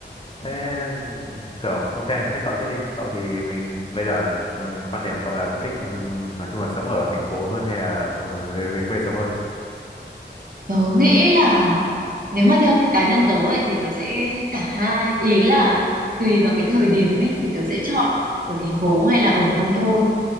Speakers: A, on the left (about 30°); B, on the right (about 50°).
A: thế cậu ok thế cậu trước đi cậu thì mình bây giờ mà quan điểm của cậu là cậu thích ừ, nói chung là sống ở thành phố hơn hay là ờ, về về quê sống hơn
B: Tớ nghĩ là nếu mà theo cá nhân tớ ấy, thì tớ sẽ cả hai ý là tùy vào cái thời điểm ấy thì tớ sẽ chọn ở thành phố hay là ở nông thôn